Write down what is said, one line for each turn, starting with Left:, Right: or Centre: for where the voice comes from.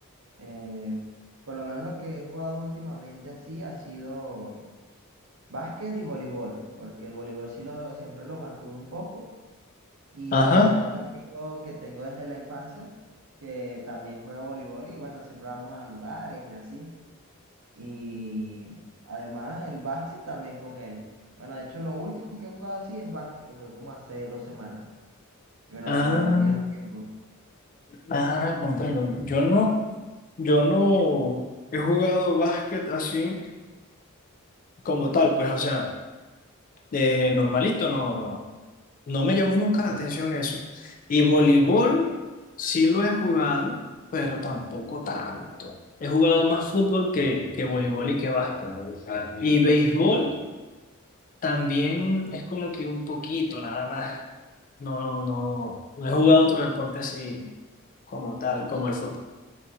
Right: Eh, por lo menos lo que he jugado últimamente así ha sido básquet y voleibol, porque el voleibol sí lo, siempre lo mantuve un poco. Y bueno,
Left: Ajá.
Right: tengo un amigo que tengo desde la infancia que también juega voleibol y bueno, siempre vamos a lugares y así. Y además el básquet también con él. Bueno, de hecho lo último que he jugado así es básquet, que jugué como hace dos semanas. Y bueno,
Left: Ah,
Right: recordamos viejos tiempos.
Left: ah, comprendo. Yo no, yo no he jugado básquet así como tal, pues, o sea, eh, normalito, no, no. No me llamó nunca la atención eso. Y voleibol sí lo he jugado, pero tampoco tanto. He jugado más fútbol que, que voleibol y que básquet. Y béisbol también es como que un poquito, nada más. No, no, no he jugado otro deporte así como tal, como el fútbol.